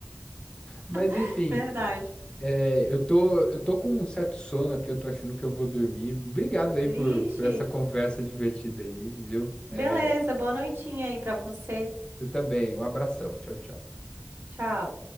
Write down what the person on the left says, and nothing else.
Mas
enfim,
é, eu tô, eu tô com um certo sono aqui, eu tô achando que eu vou dormir. Obrigado aí por,
por essa conversa divertida aí, viu?
É,
você também, um abração, tchau, tchau.